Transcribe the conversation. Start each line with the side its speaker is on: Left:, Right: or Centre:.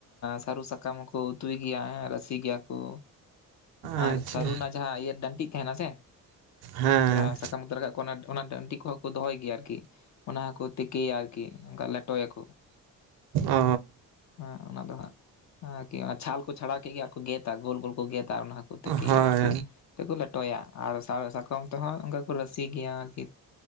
Left: ᱥᱟᱹᱨᱩ ᱥᱟᱠᱟᱢ ᱦᱚᱸᱠᱚ ᱩᱛᱩᱭ ᱜᱮᱭᱟ ᱨᱟᱥᱤ ᱜᱮᱭᱟᱠᱚ
Right: ᱟᱪᱪᱷᱟ
Left: ᱟᱨ ᱥᱟᱹᱨᱩ ᱨᱮᱱᱟᱜ ᱡᱟᱦᱟᱸ ᱤᱭᱟᱹ ᱰᱟᱹᱱᱴᱤᱡ ᱛᱟᱦᱮᱱᱟ ᱥᱮ,
Right: ᱦᱮᱸ
Left: ᱡᱟᱦᱟᱸ ᱥᱟᱠᱟᱢ ᱩᱛᱟᱹᱨ ᱠᱟᱜᱼᱟ ᱠᱚ ᱚᱱᱟ ᱰᱟᱹᱱᱴᱤᱡ ᱠᱚᱦᱚᱸ ᱠᱚ ᱫᱚᱦᱚᱭ ᱜᱮᱭᱟ ᱟᱨᱠᱤ ᱚᱱᱟ ᱦᱚᱸᱠᱚ ᱛᱮᱠᱮᱭᱟ ᱟᱨᱠᱤ ᱚᱱᱠᱟ ᱞᱮᱴᱚᱭᱟᱠᱚ᱾
Right: ᱚ
Left: ᱦᱮᱸ ᱚᱱᱟ ᱫᱚ ᱦᱟᱸᱜ ᱟᱨᱠᱤ ᱚᱱᱟ ᱪᱷᱟᱞ ᱠᱚ ᱪᱷᱟᱲᱟᱣ ᱠᱮᱫ ᱜᱮ ᱟᱨ ᱠᱚ ᱜᱮᱫᱟ ᱜᱳᱞ ᱜᱳᱞ ᱠᱚ ᱜᱮᱫᱟ ᱚᱱᱟ ᱦᱚᱸᱠᱚ ᱛᱮᱠᱮᱭᱟ
Right: ᱦᱳᱭ
Left: ᱟᱨᱠᱤ᱾ ᱛᱮᱠᱚ ᱞᱮᱴᱚᱭᱟ ᱟᱨ ᱥᱟᱠᱟᱢ ᱛᱮᱫ ᱦᱚᱸ ᱚᱱᱠᱟ ᱠᱚ ᱨᱟᱥᱤ ᱜᱮᱭᱟ ᱟᱨᱠᱤ